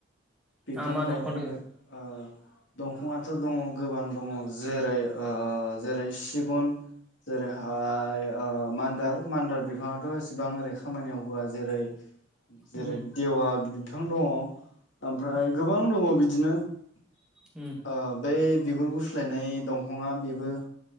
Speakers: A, on the left; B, in the centre.
A: बिफां
B: मा मा
A: गायनानैबो
B: दंफां दोङो
A: ओ दंफाङाथ' दङ। गोबां दङ जेरै ओ जेरै सिगुन जेरैहाय ओ मान्दार मान्दार बिफाङाथ' एसेबां ओरै खामानियाव होआ जेरै जेरै
B: उम
A: देवा बिफां दङ ओमफ्राय
B: उम
A: गोबां दङ बिदिनो ओ
B: उम
A: बै बिगुर गुस्लायनाय दंफाङा बेबो